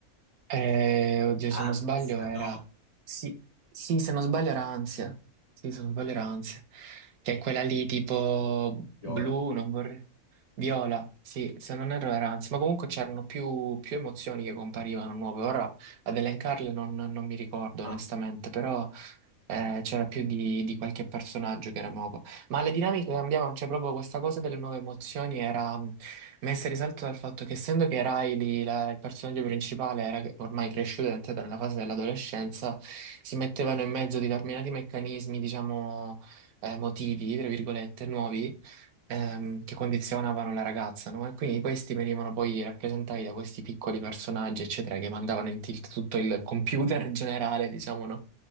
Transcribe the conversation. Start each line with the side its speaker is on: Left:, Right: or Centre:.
Right: Eh, oddio, se
Left: Ansia,
Right: non sbaglio era...
Left: no.
Right: Sì, sì, se non sbaglio era ansia. Sì, se non sbaglio era ansia. Che è quella lì tipo blu,
Left: Viola.
Right: non vorrei... Viola, sì, se non erro era ansia. Ma comunque c'erano più, più emozioni che comparivano nuove. Ora ad elencarle non, non mi ricordo
Left: Ah,
Right: onestamente, però eh, c'era più di, di qualche personaggio che era nuovo. Ma le dinamiche cambiavano, cioè proprio questa cosa delle nuove emozioni era mh, messa in risalto dal fatto che essendo che Riley, la- il personaggio principale, era che- ormai cresciuto ed è entrato nella fase dell'adolescenza, si mettevano in mezzo determinati meccanismi, diciamo, eh, motivi, tra virgolette, nuovi ehm, che condizionavano la ragazza, no? E quindi questi venivano poi rappresentati da questi piccoli personaggi, eccetera, che mandavano in tilt tutto il computer generale, diciamo, no?